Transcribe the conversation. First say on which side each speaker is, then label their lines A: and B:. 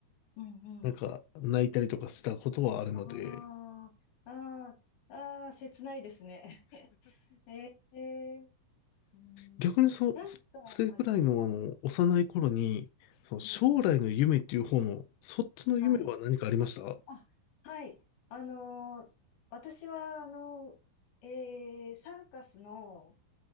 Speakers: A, on the left; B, on the left.
A: うん、うん。
B: なんか泣いたりとかしたことはあるので、
A: ああ、ああ、ああ、切ないですね。<laughs> ええ、うん、
B: 逆にそ、
A: なんかあります。
B: そそれぐらいのあの、
A: うん、
B: 幼い頃に、その将来の夢っていう方の、
A: うん、うん。うん
B: そっちの夢は何かありました
A: はい。あ、はい。あのー私は、あのーえーサーカスの、